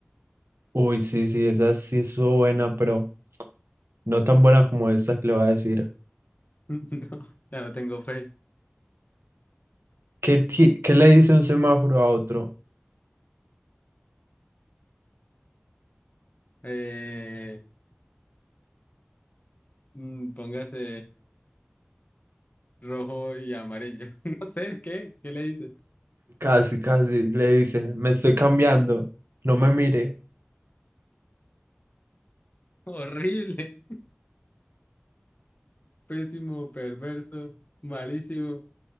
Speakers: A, on the right; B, on the left.
A: Uy, sí, sí, esa sí estuvo buena, pero no tan buena como esta que le voy a decir.
B: <laughs> No, ya no tengo fe.
A: ¿Qué, ti- qué le dice un semáforo a otro?
B: Eh, mm, póngase rojo y amarillo. <laughs> No sé, ¿qué? ¿Qué le dice?
A: Casi, casi le dice, me estoy cambiando, no me mire.
B: Horrible, pésimo, perverso, malísimo.